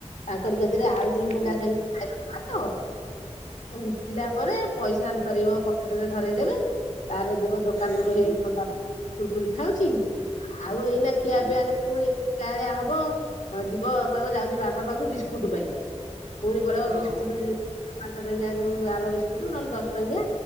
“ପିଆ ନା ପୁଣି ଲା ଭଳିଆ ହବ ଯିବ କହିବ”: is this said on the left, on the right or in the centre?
Left